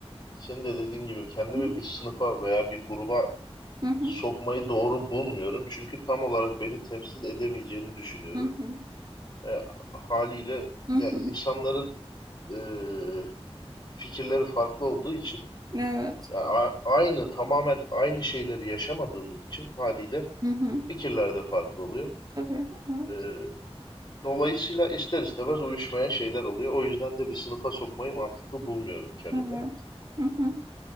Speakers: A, on the left; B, on the right.
A: senin de dediğin gibi kendimi
B: Hı
A: bir sınıfa veya bir gruba
B: hı.
A: sokmayı doğru bulmuyorum. Çünkü tam olarak beni temsil edemeyeceğini düşünüyorum.
B: Hı hı.
A: E, haliyle
B: Hı
A: ya insanların
B: hı.
A: e, fikirleri farklı olduğu için
B: Evet.
A: Ya a- aynı tamamen aynı şeyleri yaşamadığımız için haliyle
B: Hı hı. Evet.
A: fikirler de farklı oluyor.
B: Tabii, evet,
A: Ee, dolayısıyla ister istemez uyuşmayan şeyler oluyor. O yüzden de bir sınıfa sokmayı mantıklı bulmuyorum kendimi.
B: evet. Hı hı.